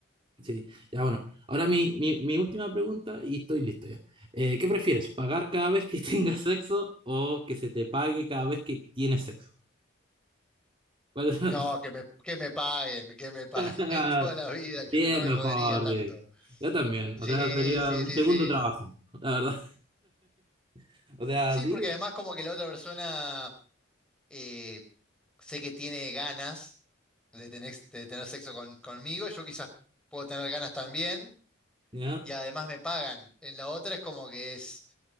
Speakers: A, on the right; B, in the centre.
A: sí, ya bueno. Ahora mi, mi, mi última pregunta y estoy listo ya. Eh, ¿qué prefieres? ¿Pagar cada vez que <laughs> tengas sexo o que se te pague cada vez que tienes sexo? ¿Cuál es la...
B: No, que me, que me paguen, que me paguen
A: <laughs>
B: <laughs> toda la vida, que
A: Sí,
B: no
A: es
B: me
A: mejor.
B: jodería tanto.
A: sí. Yo también.
B: Sí,
A: O sea, sería
B: sí,
A: un
B: sí,
A: segundo
B: sí.
A: trabajo, la verdad. <laughs> O sea,
B: Sí,
A: sí.
B: porque además como que la otra persona eh, sé que tiene ganas de tener, de tener sexo con- conmigo, yo quizás puedo tener ganas también,
A: ya
B: y además me pagan. En la otra es como que es,